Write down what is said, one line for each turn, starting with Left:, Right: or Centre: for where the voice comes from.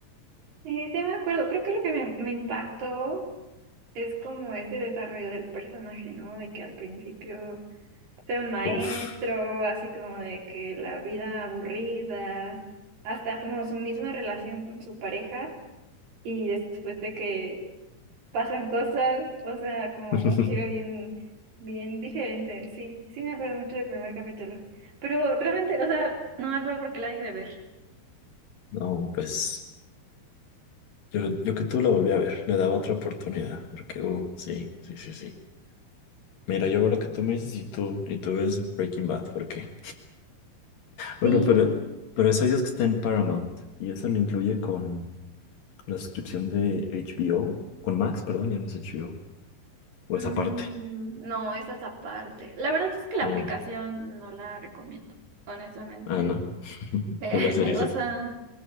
Right: Sí, sí me acuerdo, creo que lo que me, me impactó es como ese desarrollo del personaje, ¿no? De que al principio sea un maestro,
Left: Uf.
Right: así como de que la vida aburrida, hasta como su misma relación con su pareja y después de que pasan cosas, o sea, como
Left: <laughs>
Right: un giro bien, bien diferente. Sí, sí me acuerdo mucho del primer capítulo. Pero realmente, o sea, no me acuerdo por qué la dejé de ver.
Left: No, pues yo, yo que tú la volví a ver, le daba otra oportunidad, porque uh, sí, sí, sí, sí. Mira, yo veo lo que tú me dices y tú, y tú ves Breaking Bad, ¿por qué? Bueno,
Right: Sí.
Left: pero, pero esa dices que está en Paramount y eso lo incluye con la suscripción de HBO, con Max, perdón, ya no es HBO, o o
Right: Mm,
Left: esa parte.
Right: no, esas aparte. La verdad es que la
Left: Oh,
Right: aplicación no la recomiendo, honestamente.
Left: ah, no. <laughs>
Right: Eh,
Left: Pero la serie
Right: <laughs>
Left: sí.
Right: o sea,